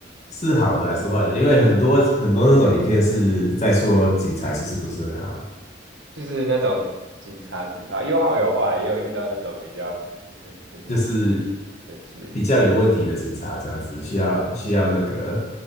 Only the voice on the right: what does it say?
就是那种警察执法，有好有坏，也有遇到那种比较 <laughs> 就是
神奇的警。
对，